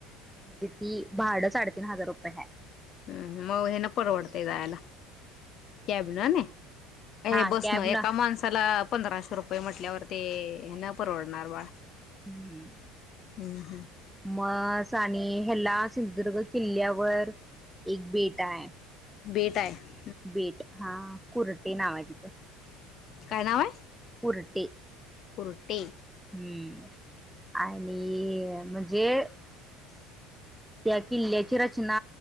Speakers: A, in the centre; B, on the left (about 50°).
A: म्हणजे ती भाडचढते. तीन हजार रुपयेै.
B: हम्म मऊ हे ना परवडतेय जायला. कॅब न न हे
A: हा
B: बसन
A: कॅब
B: एका
A: न
B: माणसाला पंधराशे रुपये म्हटल्यावर ते ना. परवडणार बाळ
A: हम्म
B: हम्म हम्म
A: म. आणि ह्याला सिंधुदुर्ग किल्ल्यावर एक बेट आहे.
B: बेटा आहेय.
A: बीट हा. कुर्टी नाव आहे तिचं.
B: काय नाव आहे?
A: कुर्टी.
B: कुरटे
A: हम्म आणि म्हणजे- - त्या किल्ल्याची रचना